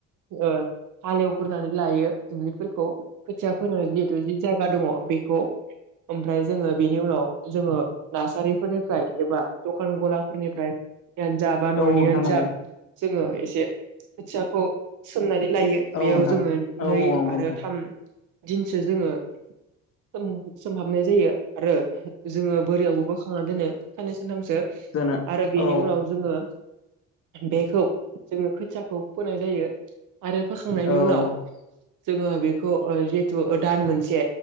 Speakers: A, on the right; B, on the left.
A: ओ हालेवग्रोनानै लायो। दुब्लिफोरखौ खोथिया फोनो जिहेतु जि जायगा दङ बेखौ ओमफ्राय जोङो बेनि उनाव जोङो नार्सारिफोरनिफ्राय एबा दखान गलाफोरनिफ्राय जियानो जा बा न'नियानो
B: औ औ नोंथां नंगौ
A: जा जोङो एसे खोथियाखौ सोमनानै लायो
B: औ
A: बेयाव
B: नोंथां
A: जोङो
B: औ
A: नै
B: नंगौ
A: आरो थाम दिनसो जोङो ओम सोमहाबनाय जायो आरो जोङो बोरियावबो बोखांना दोनो साननै सानथामसो
B: नोंथां
A: आरो बेनि
B: औ
A: उनाव जोङो बेखौ जोङो खोथियाखौ फोनाय जायो आरो फोखांनायनि उनाव
B: दोनो
A: जोङो बेखौ ओ जिहेतु दान मोनसे